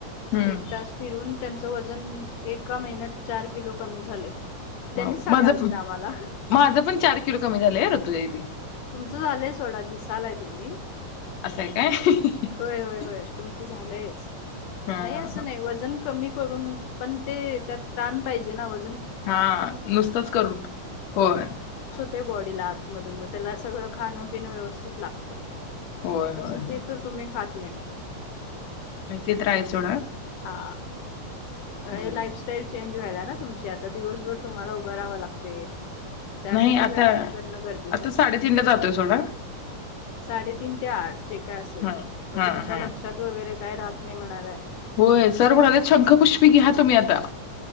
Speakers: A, on the left; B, on the left.
A: हम्म
B: एक तास फिरून त्यानं तुमच वजन एका महिन्यात चार किलो कमी झालंय. त्यांनीच
A: वाव
B: सांगालतीत
A: माझच
B: आम्हाला
A: माझं पण चार कि किड कमी झालेय रुत लयि ती.
B: तुमचं झालंय सोडा दिसालाय तुम्ही
A: असंय काय? <unintelligible>
B: होय होय होय तुमचं झालंय स
A: हा हा
B: नाही असं
A: हा
B: नाही वजन कमी करून पण ते त्यात प्राण पाहिजे वज
A: हा नुसतंच करून होय.
B: ते बॉडीला आत मधोमध त्याला सगळं खान पिणं व्यवस्थित लागतंय.
A: होय होय
B: तस
A: होय
B: ते तर तुम्ही खातं नय म
A: नाही ते तर आहेच सोडा.
B: हां ये
A: बरोबर
B: लाईफस्टाईल चेंज ही व्हायला ना तुमची आता दिवसभर तुम्हाला उभाराव लागतंय. त्यासाठी
A: नाही आता
B: व्यायाम करणं गरजेचं
A: आता
B: आहे
A: साडेतीन ला जातोय सोडा
B: साडेतीन ते आठ जे काय असेल
A: हा
B: ते मग
A: हा
B: तुमच्या
A: हा
B: लक्षात वगैरे काय राहत नाही म्हणालाय
A: होय
B: म
A: सर म्हणाले शंखपुष्पी घ्या तुम्ही आता